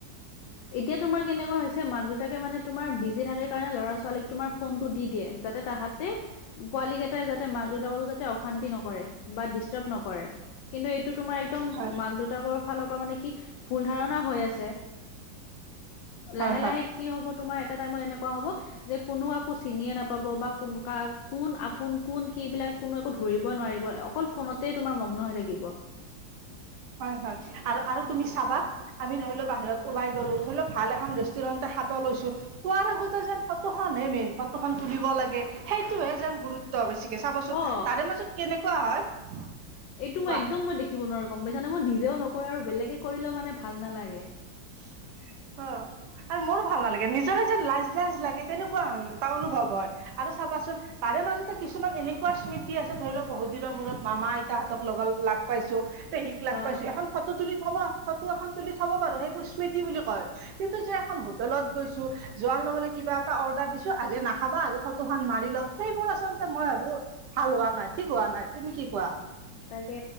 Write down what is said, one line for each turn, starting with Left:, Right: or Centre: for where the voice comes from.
Left: এতিয়া তোমাৰ কেনেকুৱা হৈছে মাক- দেউতাকে মানে তোমাৰ বিজি থাকে কাৰণে ল'ৰা-ছোৱালীক তোমাৰ ফোনটো দি দিয়ে যাতে তাহাতে পোৱালি কেইটাই যাতে মাক-দেউতা যাতে অশান্তি নকৰে বা ডিষ্টাৰ্ব নকৰে কিন্তু এইটো তোমাৰ একদম
Right: হয়
Left: মাক-দেউতাকৰ ফালৰ পৰা মানে কি ভুল ধাৰণা হৈ আছে।
Right: হয়
Left: লাহে
Right: হয়
Left: লাহে কি হব তোমাৰ এটা টাইমত এনেকুৱা হ'ব যে কোনো কাকো চিনিয়ে নাপ পাব বা কোন কোন আপোন কোন কি এইবিলাক কোনো একো ধৰিবই নোৱাৰিব অকল ফোনত তেই তোমাৰ মগ্ন হৈ থাকিব।
Right: হয় হয় আৰু আৰু তুমি চাবা আমি ধৰি ল বাহিৰত ওলাই গলোঁ ধৰি ল ভাল এখন ৰেষ্টুৰেণ্ট খাব লৈছোঁ খোৱাৰ আগতে যেন ফটোখনহে মেইন ফটোখন তুলিব লাগে সেইটোহে যেন গুৰুত্ব বেছি। চাবচোন
Left: অ
Right: তাৰে মাজত কেনেকুৱা হয়।
Left: এইটো মই
Right: ৱাহ
Left: একদম মই দেখিব নোৱাৰোঁ গম পাইছা নে মই নিজেও নকৰোঁ আৰু বেলেগে কৰিলেও মানে ভাল নালাগে।
Right: <inaudible> অ', আৰু মোৰো ভাল নালাগে নিজৰে যেন লাজ লাজ লাগে তেনেকুৱা এটা অনুভৱ হয় আৰু চাবাচোন তাৰে মাজতে কিছুমান এনেকুৱা স্মৃতি আছে ধৰি লও বহুত দিনৰ মূৰত মামা-আইতাহতঁক লগ লাগ পাইছোঁ, পেহীক লগ পাইছোঁ।
Left: অ
Right: এখন ফটো তুলি থবা ফটো এখন তুলি থব পাৰো সেইবোৰ স্মৃতি বুলি কয় কিন্তু যে এখন হোটেলত গৈছোঁ। যোৱাৰ লগে লগে কিবা এটা অৰ্ডাৰ দিছোঁ, আগে নখ বা আগে ফটো খন মাৰি ল সেইবোৰ আচলতে মই ভাবোঁ ভাল হোৱা নাই ঠিক হোৱা নাই। তুমি কি কোৱা?
Left: তাকে,